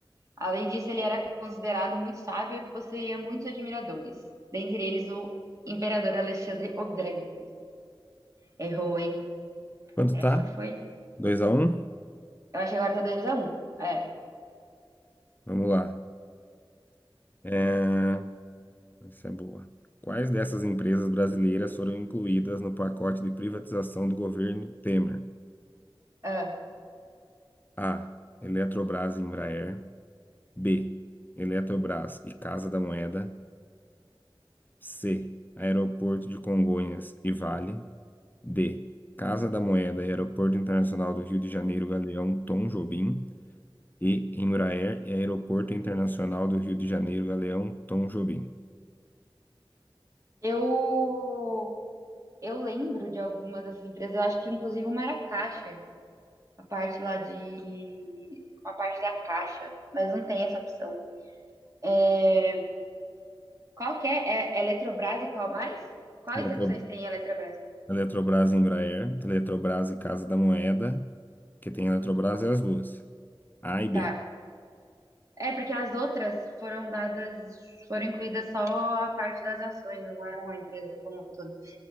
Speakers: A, on the right (about 35°); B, on the left (about 20°).
A: Além disso, ele era considerado muito sábio e possuía muitos admiradores, dentre eles o imperador Alexandre o Grande. Errou, hein?
B: Quanto
A: Essa
B: tá?
A: foi.
B: 2 a um.
A: Eu acho que agora tá 2 a um. É.
B: Vamos lá. É, Essa é boa. Quais dessas empresas brasileiras foram incluídas no pacote de privatização do governo Temer?
A: ah.
B: A. Eletrobras e Embraer. B. Eletrobras e Casa da Moeda. C. Aeroporto de Congonhas e Vale. D. Casa da Moeda e Aeroporto Internacional do Rio de Janeiro Galeão Tom Jobim. E. Embraer e Aeroporto Internacional do Rio de Janeiro Galeão Tom Jobim.
A: eu eu lembro de alguma dessas empresas, eu acho que inclusive uma era Caixa. a parte lá de. Uma parte da caixa, mas não tem essa opção. É, Qual que é? É Eletrobras e qual mais? Quais
B: Eletrob-
A: opções tem em Eletrobras?
B: Eletrobras e Embraer, Eletrobras e Casa da Moeda, que tem Eletrobras e as duas, A e B.
A: Tá. É, porque as outras foram dadas, foram incluídas só a parte das ações, não eram a empresa como um todo.